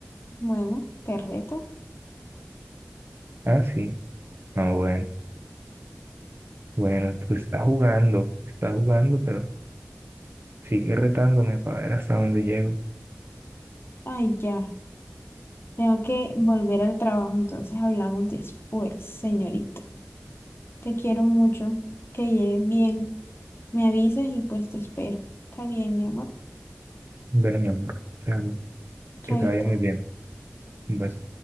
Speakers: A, on the left; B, on the right.
A: Bueno, te reto.
B: Ah, sí. Ah, bueno. Bueno, tú estás jugando, estás jugando, pero sigue retándome para ver hasta dónde llego.
A: Ay, ya. Tengo que volver al trabajo, entonces hablamos después, señorita. Te quiero mucho, que llegues bien. Me avisas y pues te espero. Está bien, mi amor.
B: Bueno, mi amor, te amo. Que
A: Chaito.
B: te vaya muy bien. Vas